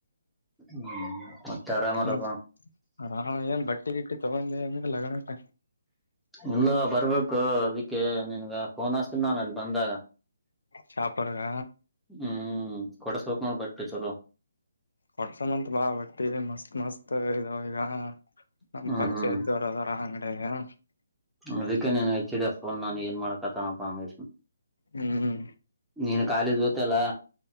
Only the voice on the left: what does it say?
ಹ್ಮ, ಹಾರ ಏನ್ ಬಟ್ಟೆಗಿಟ್ಟಿ ತಗೊಂಡೇ ಇಡೆನ್ ಇಲ್ ಲಗ್ನಕ್
ಶಾಪರ್ಗ!
ಹೊಟ್ಸ, ಮಂತ, ಬಾ ಬಟ್ಟಿ ಮಸ್ತ್, ಮಸ್ತ್ ಈ ಈಗ, ನಮ್ಮ್,
ಪರಿಚಯ್ದರೋದರ.
ಹ? <unintelligible>
ಹ್ಮ್